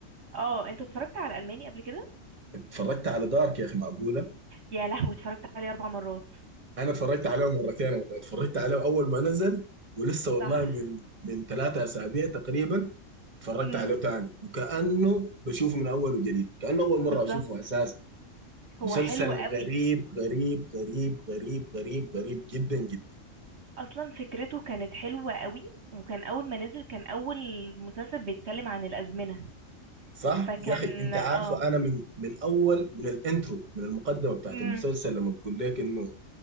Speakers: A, on the right; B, on the right.
A: اه انت اتفرجت على ألماني قبل كده
B: اتفرجت على دارك يا اخي معقولة
A: يا لهوي اتفرجت عليه اربع مرات
B: انا اتفرجت عليه مرتين والله اتفرجت عليه اول ما نزل ولسه والله
A: صح
B: من من ثلاثة اسابيع تقريبا اتفرجت
A: امم
B: عليه تاني وكأنه بشوفه من اول وجديد كأنه اول مرة
A: بالظبط
B: اشوفه اساسا
A: هو
B: مسلسل
A: حلو قوي
B: غريب غريب غريب غريب غريب غريب جدا جدا
A: اصلا فكرته كانت حلوة قوي وكان اول ما نزل كان اول مسلسل بيتكلم عن الازمنة
B: صح
A: فكان
B: يا اخي انت
A: اه
B: عارفه انا من من اول من الانترو من المقدمه بتاعت
A: امم
B: المسلسل لما بقول لك انه